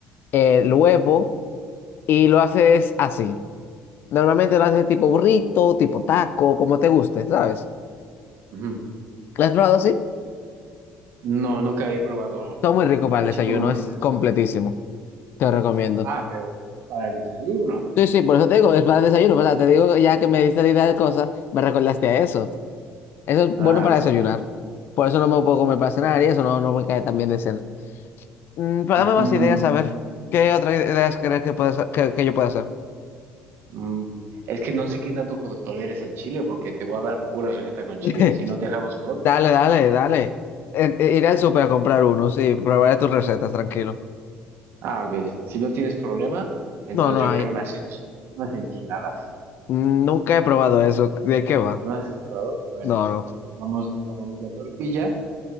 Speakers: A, on the left (about 60°); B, on the right (about 65°).
A: eh, El huevo, y lo haces así. Normalmente lo haces tipo burrito, tipo taco, como te guste, ¿sabes?
B: Ujú.
A: ¿Lo has probado así?
B: No, nunca he probado
A: Son muy rico para
B: así
A: el desayuno,
B: como me
A: es
B: lo menciona.
A: completísimo. Te lo recomiendo.
B: Ah, pero para el desayuno.
A: Sí, sí, por eso te digo, es para el desayuno, o sea Te digo, ya que me diste la idea de cosas, me recordaste a eso. Eso es
B: Ah,
A: bueno para desayunar.
B: ok.
A: Por eso no me lo puedo comer para cenar y eso no, no me cae tan bien de cena. Mm, pero
B: Ujú.
A: dame más ideas, a ver. ¿Qué otras ideas crees que, puedes, que, que yo pueda hacer?
B: Mm, Es que no sé qué tanto co- toleres el chile porque te voy a dar pura receta con chile,
A: <laughs>
B: si no dejamos con otra.
A: Dale, dale, dale. Eh, eh, iré al súper a comprar uno, sí. Probaré tus recetas, tranquilo.
B: Ah, ok. Si si no tienes problema, entonces
A: No, no
B: yo
A: hay.
B: creo unas, enchi- unas enchiladas.
A: Mm, Nunca he probado eso. ¿De qué va?
B: ¿No las has probado? Bueno,
A: No, no.
B: tomamos, tomamos la tortilla,